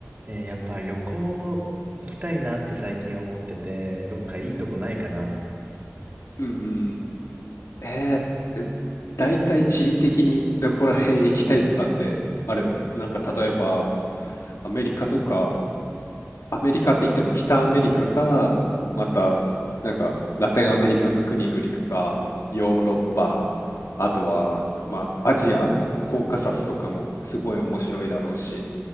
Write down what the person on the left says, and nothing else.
うんうんえー、えだいたい地理的にどこら辺行きたいとかってあるのなんか例えば、アメリカとか、アメリカって言っても北アメリカか、また、なんか、ラテンアメリカの国々とか、ヨーロッパ、あとは、まあ、アジア、コーカサスとかもすごい面白いだろうし、